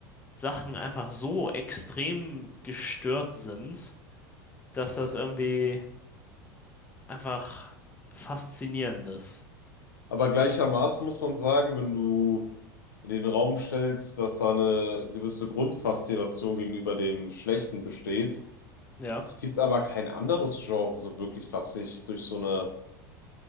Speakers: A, on the left; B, on the left.
A: Sachen einfach so extrem gestört sind, dass das irgendwie. einfach Faszinierendes.
B: Aber gleichermaßen muss man sagen, wenn du in den Raum stellst, dass da eine gewisse Grundfaszination gegenüber dem Schlechten besteht.
A: Ja.
B: Es gibt aber kein anderes Genre so wirklich, was sich durch so eine